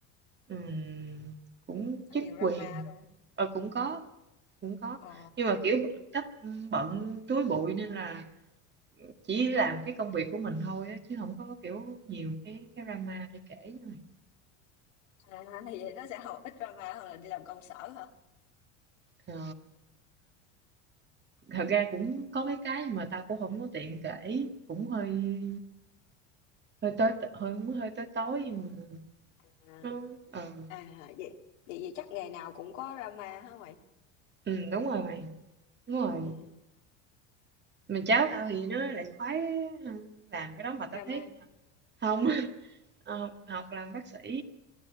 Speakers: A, on the right; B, on the left.
A: ừm, cũng chức
B: có nhiều drama
A: quyền
B: đúng không?
A: ờ, cũng có cũng có
B: Ồ.
A: nhưng mà kiểu cách bận túi bụi nên là chỉ làm cái công việc của mình thôi á, chứ không có kiểu nhiều cái cái drama để kể như này
B: À, thì vậy nó sẽ học ít drama hơn là đi làm công sở hả?
A: Ờ, thật ra cũng có mấy cái mà tao cũng không có tiện kể cũng hơi hơi tới hơi hơi tới tối nhưng mà
B: À,
A: nó ờ
B: à vậy, vậy vậy chắc nghề nào cũng có drama hả mày?
A: ừ, đúng rồi mày đúng rồi
B: Ừ,
A: mà cháu tao thì nó lại khoái làm cái đó mà tao
B: drama.
A: thấy à, không <laughs> ờ, học, học làm bác sĩ